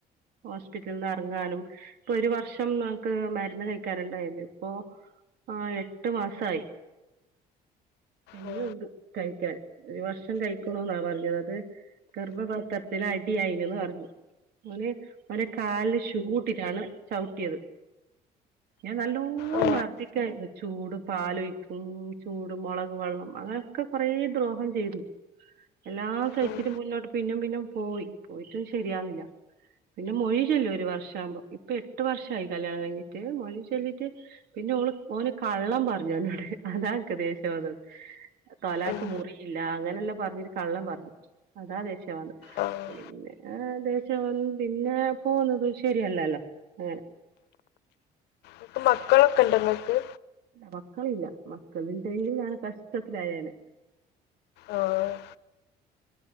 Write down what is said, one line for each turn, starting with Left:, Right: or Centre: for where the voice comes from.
Right: ഹോസ്പിറ്റലിൽ നിന്ന് ഇറങ്ങാനും ഇപ്പൊ ഒരു വർഷം നമ്മുക്ക് മരുന്ന് കഴിക്കാനുണ്ടായിരുന്നു ഇപ്പൊ ആ എട്ടു മാസയി ഇനിയുണ്ട്
Left: ആ,
Right: കഴിക്കാൻ ഒരു വർഷം കഴിക്കണം എന്നാ പറഞ്ഞത് അത് ഗർഭപാത്രത്തില അടിയായിനന്ന് പറഞ്ഞു നെ അവനെ കാലില് ഷൂ ഇട്ടിട്ടാണ് ചവിട്ടിയത് ഞാൻ നല്ലോണ്ണം
Left: ആ, ആ,
Right: മർദ്ദിക്കായിരുന്നു ചൂട് പാലൊഴിക്കും ചൂട് മുളക് വെള്ളം അങ്ങനെ ഒക്കെ കൊറ ദ്രോഹം ചെയ്തു എല്ലാം സഹിച്ചിട്ട്
Left: ഉം,
Right: മുന്നോട്ട് പിന്നും പിന്നും പോയി പോയിട്ടും ശരിയാവുന്നില്ല പിന്നെ മൊഴിചെല്ലും ഒരു വർഷമാ ആക്പോ ഇപ്പൊ എട്ട് വർഷമായി കല്യാണം കഴിഞ്ഞിട്ട് മൊഴിചെല്ലിട്ട് പിന്നെ ഓള് ഓന് കള്ളം പറഞ്ഞു എന്നോട് അതാക്ക് ഇക്ക് ദേഷ്യം വന്നത് തൊലാക്ക്
Left: ഉം,
Right: മുറിയില്ല അങ്ങനെ എല്ലാം പറഞ്ഞരു കള്ളം പറഞ്ഞു അതാ ദേഷ്യം വന്നത്
Left: ആ
Right: പിന്നെ ആ ദേഷ്യം വന്ന് പിന്നെ പോകുന്നതും ശരിയല്ലല്ലോ അങ്ങനെ
Left: ഇപ്പ മക്കളൊക്കെ ഇണ്ട് നിങ്ങക്ക്
Right: മക്കള ഇല്ല മക്കളുണ്ടെങ്കിലും ഞൻ കഷ്ടത്തിലായേനെ
Left: ആഹ്